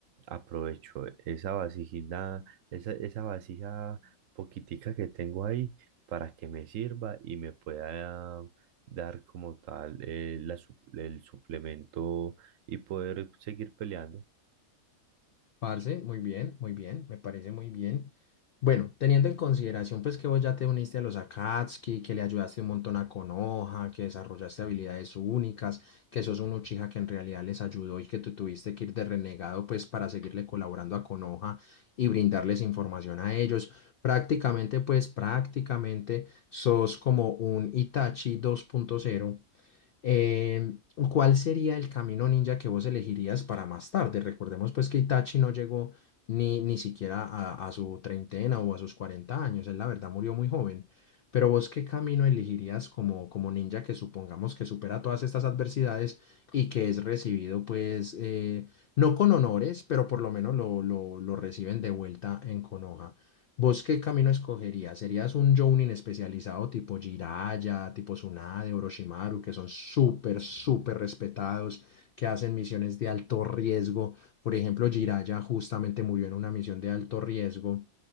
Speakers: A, on the right; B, on the left.
A: Aprovecho esa vasijita, esa, esa vasija poquitica que tengo ahí para que me sirva y me pueda dar como tal eh, la sup- el suplemento y poder seguir peleando.
B: Parce, muy bien, muy bien, me parece muy bien. Bueno, teniendo en consideración pues que vos ya te uniste a los Akatsuki, que le ayudaste un montón a Konoha, que desarrollaste habilidades únicas, que sos un Uchiha que en realidad les ayudó y que tú tuviste que ir de renegado pues para seguirle colaborando a Konoha y brindarles información a ellos. Prácticamente pues prácticamente sos como un Itachi dos punto cero. Eh, ¿cuál sería el camino ninja que vos elegirías para más tarde? Recordemos pues que Itachi no llegó ni, ni siquiera a, a su treintena o a sus cuarenta años, él la verdad murió muy joven, pero vos qué camino elegirías como, como ninja que supongamos que supera todas estas adversidades y que es recibido pues eh, no con honores, pero por lo menos lo, lo, lo reciben de vuelta en Konoha? ¿Vos qué camino escogerías? ¿Serías un Jounin especializado tipo Jiraiya, tipo Tsunade, Orochimaru, que son súper, súper respetados, que hacen misiones de alto riesgo? Por ejemplo, Jiraiya justamente murió en una misión de alto riesgo.